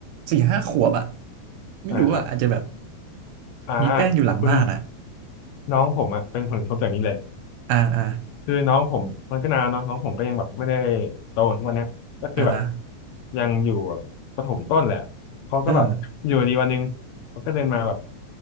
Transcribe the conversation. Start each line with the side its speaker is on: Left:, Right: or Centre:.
Right: สี่ห้าขวบอะไม่รู้อะอาจจะแบบ
Left: อ่าครับ อ่า
Right: มีแป้งอยู่หลังบ้านอะ
Left: คุณน้องผมอ่ะเป็นผลกระทบจากนี้เลย
Right: อ่าอ่า
Left: คือน้องผมมันก็นานแล้วเนาะน้องผมก็ยังแบบไม่ได้โตทุกวันเนี้ยก็คือแบบ
Right: อ่าฮะ
Left: ยังอยู่ประถมต้นแหละเขาก็แบบอยู่ดีวันหนึงเขาก็เดินมาแบบ
Right: เออ